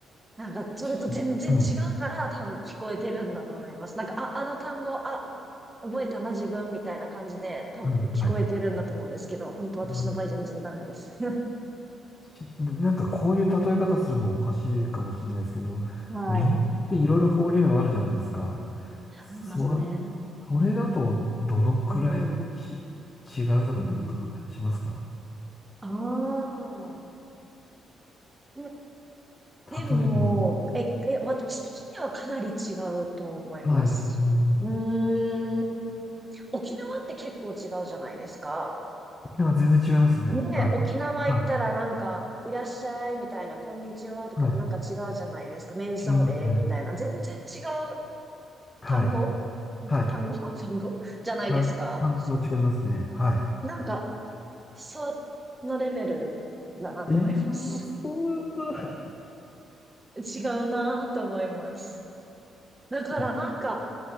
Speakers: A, on the right; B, on the left.
A: なんか、それと全然違うから、
B: ち、はい、
A: 多分聞こえてるんだと思います。なんか、あ、あの単語、あ、覚えたな、自分、みたいな感じで、多分聞こえてるんだと思うんですけど、
B: はい、はい。
A: 本当私の場合全然ダメです。
B: うん
A: <laughs>
B: ちな、なんかこういう例え方するのおかしいかもしれないですけど、
A: はい。
B: 日本っていろいろ方言あるじゃないですか。そ、
A: ありますね。
B: それだとどのくらいち、
A: うん。
B: 違うとかってなんかあったりしますか
A: うん。ああ。え
B: 例えば、
A: でも、え、え、私的にはかなり違うと思います。
B: はい、うん、い
A: うーん。沖縄って結構違うじゃないですか。
B: や、全然違いますね。
A: ねえ、
B: はい。
A: 沖縄行ったらなんか、
B: はい、
A: いらっしゃいみたいな、こんにちはとかなんか違うじゃないですか。
B: はい、
A: メンソーレみたいな。
B: 違いますね。
A: 全然違う
B: はい、
A: 単語
B: はい。
A: 単語 <laughs> 単語じゃないですか。
B: あの、あの、違いますね。はい。
A: なんか、そのレベルだなと思います。
B: えー、そうなんだ。
A: え違うなと思います。だからなんか、
B: <laughs>